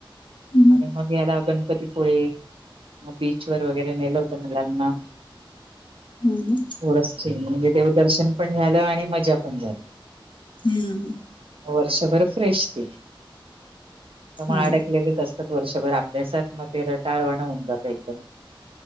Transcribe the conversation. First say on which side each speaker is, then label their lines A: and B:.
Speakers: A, on the left (about 60°); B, on the right (about 85°).
A: हम्म.
B: आणि मग याला गणपतीपुळे. मग बीच वर वगैरे नेलं होतं मुलांना
A: हम
B: थोडस चेंज म्हणजे देवदर्शन पण झालं आणि मजा पण झाली
A: हम्म
B: वर्षभर फ्रेश त ते मग
A: हो
B: अडकलेलीच असते वर्षभर अभ्यासात मग ते रटाळवाण होऊन जातं एकदम